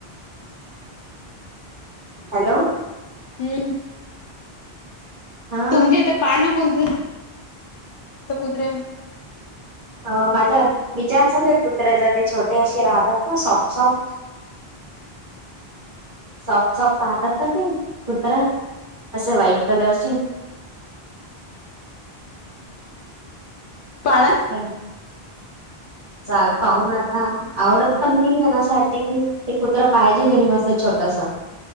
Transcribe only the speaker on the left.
हम्म-
तुमचे तर पाह ना <inaudible> कोणत त कुतरे
पाळा.